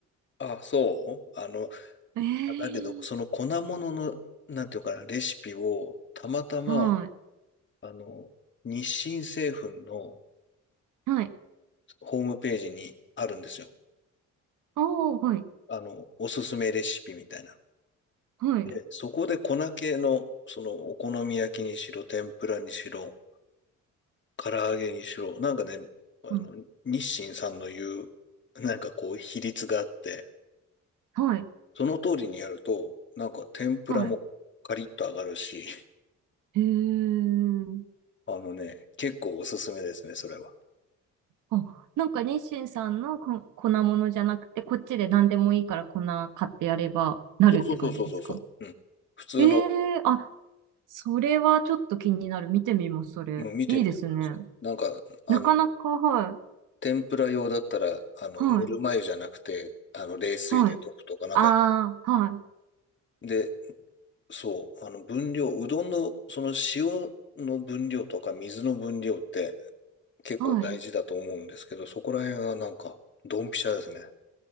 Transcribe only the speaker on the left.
あ、そうあの、
だけど、その粉物の、
なんていうかな、レシピを、たまたま、
あの、日清製粉の
ホームページにあるんですよ。
あの、おすすめレシピみたいな。
で、そこで粉系の、その、お好み焼きにしろ、天ぷらにしろ、唐揚げにしろ、なんかね、あの、
日清さんの言う、なんかこう、比率があって、
その通りにやると、なんか天ぷらもカリッと揚がるし、
あのね、結構おすすめですね、それは。
そうそうそうそうそう。うん。普通の、
もう見てみてください。
なんか、あの、
天ぷら用だったら、あの、
ぬるま湯じゃなくて、あの、冷水で溶くとか、
なんか、
で、そう、あの、分量、うどんの、その塩の分量とか水の分量って、結構大事だと思うんですけど、
そこら辺はなんか、ドンピシャですね。